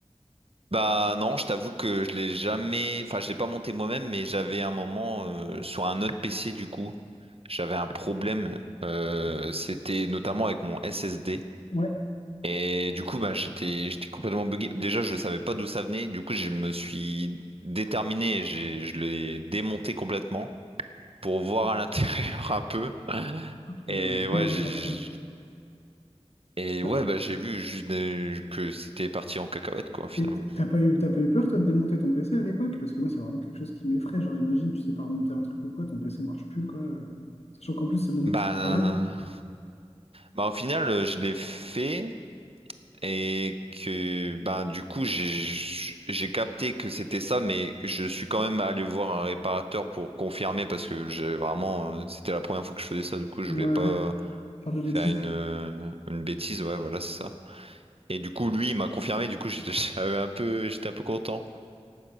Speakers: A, on the right; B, on the left.
A: Bah non, je t'avoue que je l'ai jamais... Enfin, je l'ai pas monté moi-même, mais j'avais un moment euh, sur un autre PC du coup. J'avais un problème. euh, c'était notamment avec mon SSD.
B: Ouais.
A: Et du coup, bah, j'étais j'étais complètement buggé. Déjà, je savais pas d'où ça venait. Du coup, je me suis déterminé et j'ai- je l'ai démonté complètement. pour voir à l'intérieur <laughs> un peu.
B: Moi,
A: Et
B: j'aurais eu peur
A: ouais,
B: de
A: j'ai
B: faire ça.
A: et
B: T'as-
A: ouais, bah j'ai vu juste des- que c'était parti en cacahuète quoi finalement.
B: Et t- t'as pas eu, t'as pas eu peur, toi, de démonter ton PC à l'époque? Parce que moi, c'est vraiment quelque chose qui m'effraie. Genre, imagine, tu sais pas remonter un truc ou quoi, ton PC marche plus, quoi. euh. Sachant qu'en plus, c'est mon
A: Bah,
B: outil de travail.
A: bah au final euh, je l'ai fait et que bah du coup j'ai j'ai capté que c'était ça mais je suis quand même allé voir un réparateur pour confirmer parce que j'ai vraiment euh, c'était la première fois que je faisais ça du coup je voulais
B: Ouais,
A: pas
B: ouais, faire de bêtises.
A: faire une euh, une bêtise ouais voilà c'est ça. Et du coup lui il m'a confirmé du coup j'étais <laughs> j'avais un peu j'étais un peu content.